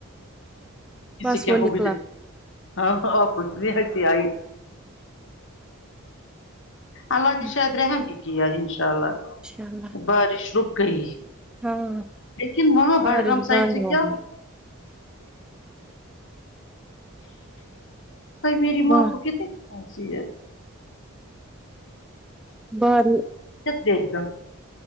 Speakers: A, on the left (about 65°); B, in the centre.
A: کسی
B: بس
A: کیا
B: وہ
A: ہوگی
B: نکلا
A: ہاں ہاں آپ کو اتنی حسی آئی اللہ
B: انشاء
A: نشاد رحمی کیا ان شاء اللہ
B: اللہ
A: بارش رک گئی
B: ہاں
A: لیکن وہاں
B: بارش
A: بڈگام سائڈ
B: بند
A: سے
B: ہوگئی
A: کیا کئی میری ماں
B: واہ
A: کو کتنی خھنسیی ہے
B: بعد میں
A: لگتے ہیں ایک دم